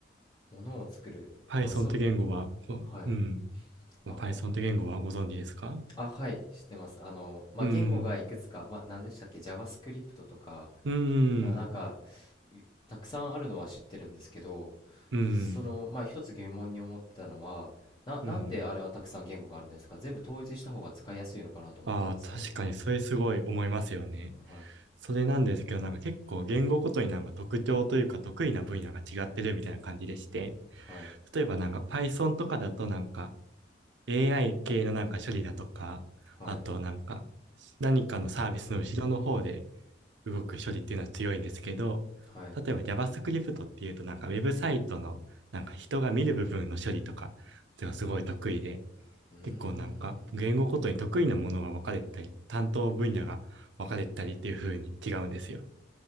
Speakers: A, on the left; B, on the right.
A: 物を作る。
B: Python
A: あ、そう。
B: って言語は、こううん。
A: はい。あ
B: Python って言語はご存知ですか
A: あ。あ、はい。知ってます。あの、まあ、
B: うん、
A: 言語がいくつか、まあ、何でしたっけ ?JavaScript とか、
B: うん、
A: あなんか、いたくさんあるのは知ってるんですけど、
B: うん、
A: その、まあ、一つ疑問に思ってたのは、な、
B: うん。
A: なんであれはたくさん言語があるんですか全部統一した方が使いやすいのかなと思ったんですけど。
B: ああ、確かにそれすごい思いますよね。
A: はい。
B: それなんですけど、なんか結構言語ごとになんか特徴というか得意な分野が違ってるみたいな感じでして、
A: はい。
B: 例えばなんか Python とかだとなんか AI 系のなんか処理だとか、
A: はい。
B: あとなんか何かのサービスの後ろの方で動く処理っていうのは強いんですけど、
A: はい。
B: 例えば JavaScript っていうとなんかウェブサイトのなんか人が見る部分の処理とかっていうのはすごい得意で、
A: うーん。
B: 結構なんか言語ごとに得意なものが分かれたり、担当分野が分かれたりっていう風に違うんですよ。